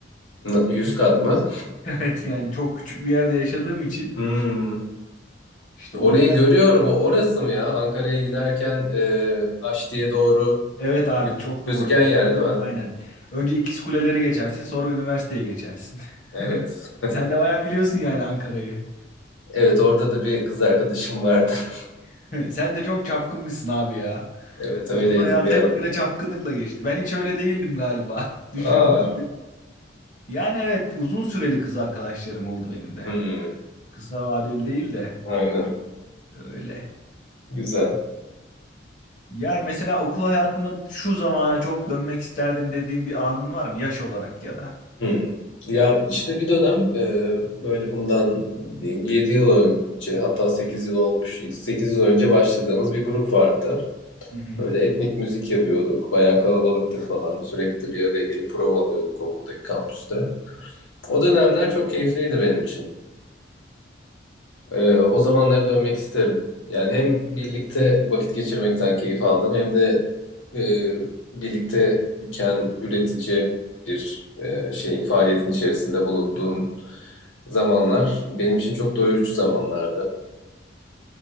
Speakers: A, on the left (about 80°); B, on the left (about 45°).
A: N- 100
B: <laughs>
A: kat mı?
B: Evet yani çok küçük bir yerde yaşadığım için
A: Hmm.
B: işte o
A: Orayı
B: yüzden
A: görüyorum. O orası mı ya? Ankara'ya giderken e, Aşti'ye doğru
B: evet abi
A: gö-
B: çok doğru.
A: gözüken yer değil mi?
B: Aynen. Önce İkiz Kuleleri geçersin sonra üniversiteye geçersin. <laughs>
A: Evet.
B: Sen de bayağı biliyorsun yani Ankara'yı.
A: Evet orada da bir kız arkadaşım vardı. <laughs>
B: <laughs> Sen de çok çapkınmışsın abi ya.
A: Evet öyleydim
B: Okul hayatı
A: bir ara.
B: hep böyle çapkınlıkla geçti. Ben hiç öyle değildim galiba. <laughs> Düşün.
A: Aa,
B: Yani evet uzun süreli kız arkadaşlarım oldu benim de hep.
A: hmm,
B: Kısa vadeli değil de
A: aynen.
B: öyle.
A: Güzel.
B: Yani mesela okul hayatında şu zamana çok dönmek isterdim dediğim bir anın var mı yaş olarak ya da?
A: Hmm. Ya işte bir dönem e, böyle bundan diyeyim 7 yıl önce hatta 8 yıl olmuş 8 yıl önce başladığımız bir grup vardı.
B: Hı hı.
A: Böyle etnik müzik yapıyorduk. Bayağı kalabalıktık falan. Sürekli bir araya gelip prova alıyorduk okuldaki kampüste. O dönemler çok keyifliydi benim için. Ee, o zamanlara dönmek isterim. Yani hem birlikte vakit geçirmekten keyif aldım hem de e, birlikte iken üretici bir e, şey faaliyetin içerisinde bulunduğum zamanlar benim için çok doyurucu zamanlardı.